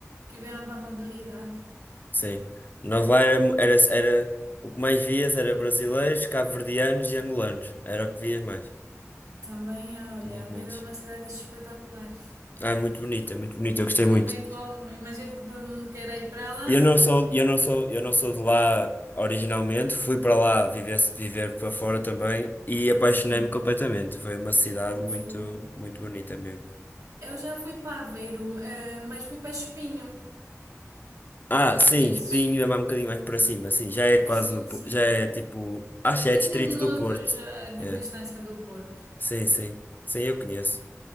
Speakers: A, on the right (about 80°); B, on the left (about 35°).
A: que vieram para a mobilidade.
B: Sim. Nós lá era, era, era- o que mais vias era brasileiros, cabo-verdianos e angolanos. Era o que vias mais.
A: Também, olha,
B: Tinha muitos.
A: Aveiro é uma cidade espetacular.
B: Ah, muito bonito, é muito bonito. Eu gostei
A: Não
B: muito.
A: tem como. Imagino que todo mundo queira ir para lá.
B: Eu não sou, eu não sou, eu não sou de lá originalmente, fui para lá viver, viver para fora também e apaixonei-me
A: Sim.
B: completamente. Foi uma cidade
A: Fogo.
B: muito, muito bonita mesmo.
A: Eu já fui para Aveiro, eh, mas fui para Espinho.
B: Ah, sim,
A: Conheces?
B: Espinho é mais um bocadinho mais para cima, sim, já é quase
A: Sim,
B: no, Po-
A: sim.
B: já é tipo, acho que é
A: vinte
B: distrito
A: minutos
B: do Porto.
A: eh, de
B: É,
A: distância do Porto.
B: sim, sim. Sim, eu conheço.